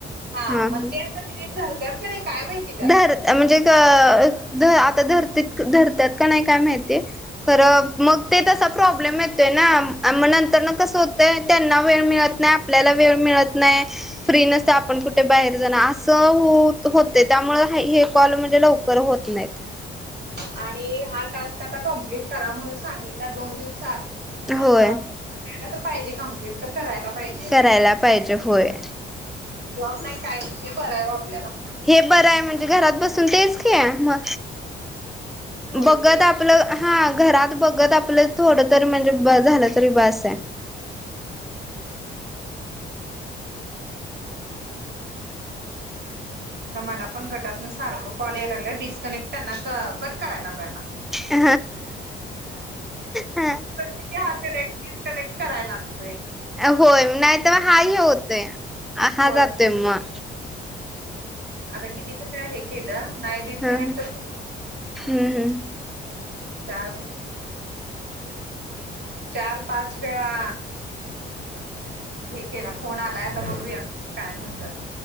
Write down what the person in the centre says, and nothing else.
हा.
हा.
धर म्हणजे आता धर्तीत धरत्यात का नाही काय माहितीय. खरं मग ते तस. प्रॉब्लेम येतोय ना मग नंतर ना कसं होतंय त्यांना वेळ मिळत नाही आपल्याला वेळ मिळत नाही. फ्री नसते आपण कुठे बाहेर जाण असं होत होत. त्यामुळे हे कॉल म्हणजे लवकर होत नाहीत.
होय
करायला पाहिजे होय.
हे बरं आहे म्हणजे घरात बसून तेच घे म
बघ
आप आपलं हा घरात बघत आपलं थोड तरी म्हणजे ब झालं तरी बस आहे.
ह ह.
होय नाही तर मग हा ह होतय हा
जातोय मग.
ह हम्म हम्म.